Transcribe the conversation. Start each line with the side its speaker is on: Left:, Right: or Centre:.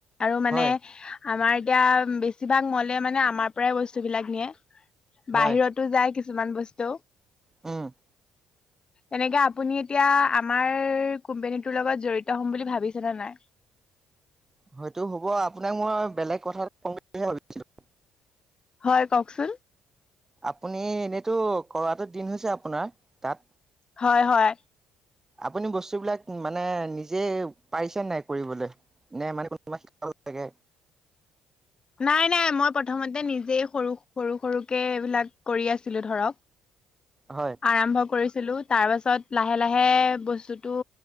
Left: আৰু মানে
Right: হয়
Left: আমাৰ এতিয়া বেছিভাগ মলে মানে আমাৰ পৰাই বস্তু বিলাক নিয়ে।
Right: হয়
Left: বাহিৰতো যায় কিছুমান বস্তু।
Right: উম
Left: তেনেকে আপুনি এতিয়া আমাৰ কোম্পেনীটোৰ লগত জড়িত হম বুলি ভাবিছেনে নাই।
Right: হয়টো হ'ব আপোনাক মই বেলেগ কথা কম বুলিহে ভাবিছিলো।
Left: হয় কওকচোন
Right: আপুনি এনেইতো কৰাটো দিন হৈছে আপোনাৰ তাত
Left: হয় হয়
Right: আপুনি বস্তু বিলাক মানে নিজে পাৰিছে নাই কৰিবলে নে মানুহ কোনোবা শিকাব লাগে।
Left: নাই নাই মই প্ৰথমতে নিজেই সৰু সৰু সৰুকে এইবিলাক কৰি আছিলো ধৰক।
Right: হয়
Left: আৰম্ভ কৰিছিলো তাৰ পাছত লাহে লাহে বস্তুটো